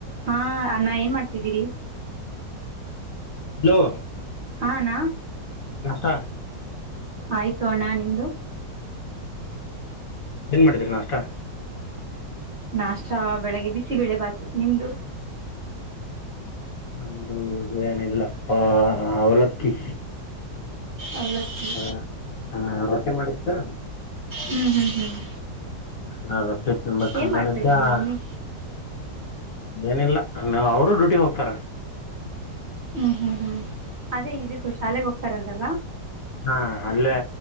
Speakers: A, on the right; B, on the left.
A: ಹಾ ಅಣ್ಣ ಏನ್ ಮಾಡ್ತಿದ್ದೀರಿ
B: ಹಲೋ
A: ಹಾ ನಾ
B: ನಾಷ್ಟ
A: ಆಯ್ತು ಅಣ್ಣ ನಿಮ್ದು
B: ಏನ್ ಮಾಡಿದೀರ ನಾಷ್ಟ
A: ನಾಷ್ಟ ಬೆಳಗ್ಗೆ ಬಿಸಿಬೇಳೆ ಬಾತು ನಿಮ್ದು
B: ನಮ್ದು ಏನಿಲ್ಲಪ್ಪಾ ಅವಲಕ್ಕಿ
A: ಅವಲಕ್ಕಿ
B: ಹಾ ಹಾ ತಿಗೆ ಮಾಡಿತ್ತಾ
A: ಹ್ಮ್ ಹ್ಮ್ ಹ್ಮ್
B: ನಾ ರೊಟ್ಟಿ ತಿನ್ಬೇಕ್
A: ಏನ್
B: ಅನ್ಕೊಂದಿದ್ದೆ
A: ಮಾಡ್ತಾ ಇದ್ರಿ ನಿಮ್ಮ
B: ಆ
A: ಮಮ್ಮಿ
B: ಏನಿಲ್ಲ ನಾ ಅವರು ಡ್ಯೂಟಿಗ್ ಹೋಗ್ತಾರ
A: ಹ್ಮ್ ಹ್ಮ್ ಹ್ಮ್ ಅದೇ ಇದಕ್ಕೂ ಶಾಲೆಗೆ ಹೋಗ್ತಾರಂದ್ರಲ್ಲ.
B: ಹಾ ಅಲ್ಲೇ